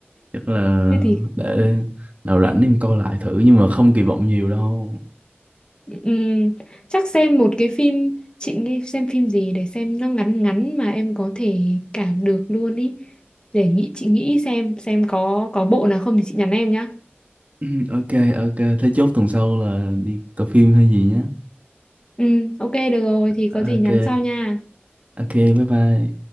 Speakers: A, on the right; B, on the left.
A: chắc là
B: Thế thì
A: để nào rảnh em coi lại thử nhưng mà không kỳ vọng nhiều đâu <laughs>
B: ừm, chắc xem một cái phim chị nghĩ xem phim gì để xem nó ngắn ngắn mà em có thể cảm được luôn ý. Để nghĩ chị nghĩ xem xem có có bộ nào không thì chị nhắn em nhá.
A: <clears throat> ok ok thế chốt tuần sau là đi coi phim hay gì nhé
B: Ừ ok được rồi thì
A: À,
B: có gì
A: ok
B: nhắn sau nha.
A: ok bye bye